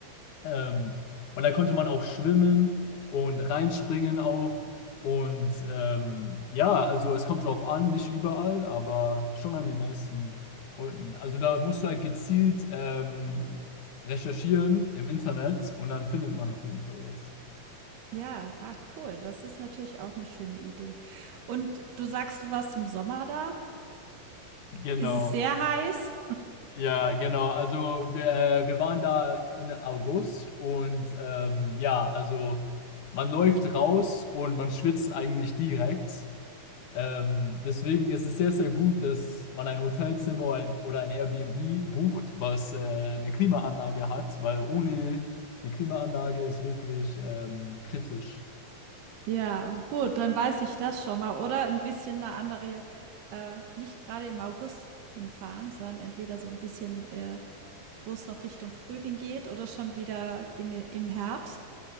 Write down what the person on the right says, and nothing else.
Ja, ah, cool. Das ist natürlich auch eine schöne Idee. Und du sagst, du warst im Sommer da.
Ist es sehr heiß?
Ja, gut, dann weiß ich das schon mal. Oder ein bisschen eine andere, äh, nicht gerade im August hinfahren, sondern entweder so ein bisschen, äh, wo es noch Richtung Frühling geht oder schon wieder in, den- im Herbst.